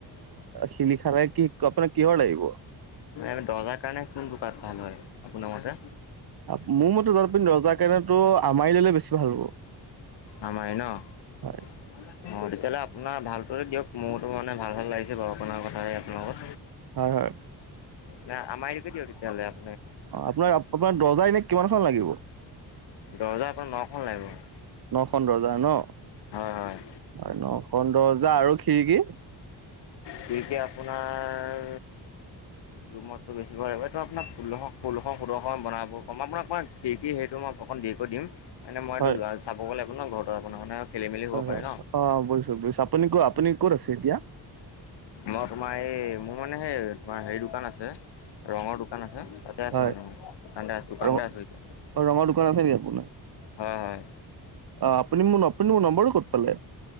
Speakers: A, on the right (about 60°); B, on the left (about 80°).
A: শিলিখা এ লাগে কি আপোনাক কিহৰ লাগিব
B: মানে দৰ্জাৰ কাৰণে কোনতো কাঠ ভাল হয় আপোনাৰ মতে? <unintelligible>
A: আপ- মোৰ মতে জলপিন দৰ্জাৰ কাৰণেতো আমাৰি ল'লে বেছি ভাল হ'ব
B: আমাৰ ন অহ
A: হয়
B: তেতিয়াহ'লে আপোনাৰ ভাল তহতি দিয়ক মোৰটো মানে ভাল ভাল লাগিছে আপোনাৰ কথাই আপোনালোকৰ
A: হয় হয়
B: ন আমাৰ কতিওি তোললে <unintelligible>
A: অ আপোনাৰ আপোনাৰ দৰ্জাৰ এনে কিমান খন লাগিব
B: দৰ্জা আপোনাৰ ন খন লাগিব
A: ন খন দৰ্জা ন
B: হয় হয়
A: আৰু ন খন দৰ্জা আৰু খিৰিকী
B: খিৰিকীৰ আপোনাৰ ৰুমতো বেছ এইটো আপোনাৰ <unintelligible> ফো বনাব ক আপোনাক কি কি সেইটো মই অকণ দেৰিক কৰি দিম মানে মই এইটো
A: হয়
B: যাব গ'লে আপোনাৰ ঘৰৰত আপোনাৰ মানে খেলি মেলি
A: হয়
B: হ'ব পাৰে
A: হয়
B: ন
A: অ বুজিছো বুজিছো আপুনি ক আপুনি ক'ত আছে এতিয়া
B: মই তোমাৰ এই মোৰ মানে সেই তোমাৰ হেৰি দোকান আছে ৰঙৰ দোকান আছে তাতে আছো
A: হয়
B: মান মই দোকানতে আছো দোকানতে
A: ৰঙ
B: আছো এতিয়া
A: অ ৰঙৰ দোকান আছে নেকি আপোনাৰ?
B: হয় হয়
A: অ' আপুনি আপুনি মোৰ নম্বৰটো ক'ত পালে